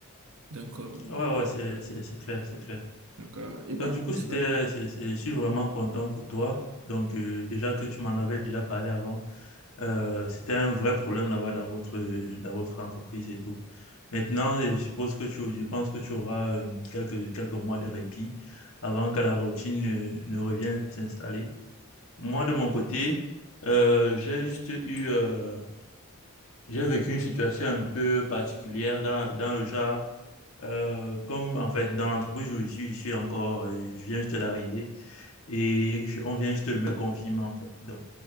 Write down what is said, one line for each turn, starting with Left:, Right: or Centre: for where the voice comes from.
Right: Donc, euh,
Left: Ouais, ouais, c'est, c'est, c'est clair, c'est clair.
Right: donc euh, il
Left: Donc
Right: va
Left: du coup,
Right: plus,
Left: c'était,
Right: euh,
Left: c'est, c'est- je suis vraiment content pour toi. Donc euh, déjà que tu m'en avais déjà parlé avant, euh, c'était un vrai problème là-bas dans votre, dans votre entreprise et tout. Maintenant, je suppose que tu, je pense que tu auras euh, quelques, quelques mois de répit avant que la routine ne, ne revienne s'installer. Moi, de mon côté, euh, j'ai juste eu... euh, J'ai vécu une situation un peu particulière dans, dans le genre, euh, comme en fait dans l'entreprise où je suis, je suis encore, euh, je viens juste d'arriver et je- on vient juste de me confirmer en fait. Donc,